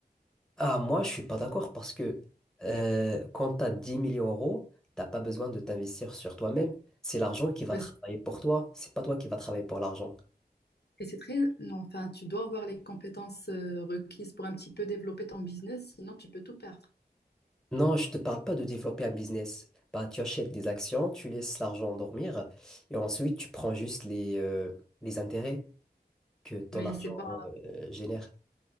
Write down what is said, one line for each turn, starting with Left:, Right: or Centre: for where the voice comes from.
Centre: Ah, moi, je suis pas d'accord parce que euh, quand tu as 10 millions d'euros, t'as pas besoin de t'investir sur toi-même. C'est l'argent qui va
Left: Parce-
Centre: travailler pour toi. C'est pas toi qui va travailler pour l'argent.
Left: Et c'est très, non, enfin, tu dois avoir les compétences euh, requises pour un petit peu développer ton business, sinon tu peux tout perdre.
Centre: Non, je te parle pas de développer un business. Bah, tu achètes des actions, tu laisses l'argent dormir et ensuite tu prends juste les, euh, les intérêts que ton
Left: Mais
Centre: argent
Left: c'est pas
Centre: euh, génère.